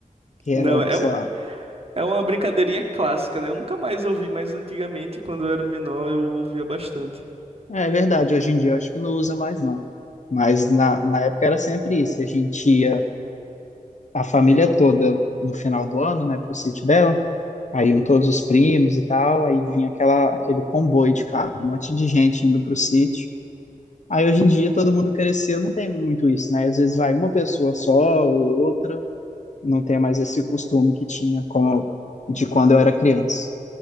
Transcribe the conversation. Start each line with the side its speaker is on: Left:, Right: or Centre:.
Left: Que era,
Right: Não, é
Left: sei
Right: um,
Left: lá.
Right: é uma brincadeirinha clássica, né? Eu nunca mais ouvi, mas antigamente, quando eu era menor, eu ouvia bastante.
Left: É é verdade, hoje em dia eu acho que não usa mais, não. Mas na, na época era sempre isso. A gente ia, a família toda, no final do ano, né, pro sítio dela. Aí iam todos os primos e tal. Aí vinha aquela, aquele comboio de carro, um monte de gente indo pro sítio. Aí hoje em dia todo mundo cresceu, não tem muito isso, né? Às vezes vai uma pessoa só ou outra. não tenha mais esse costume que tinha com, de quando eu era criança.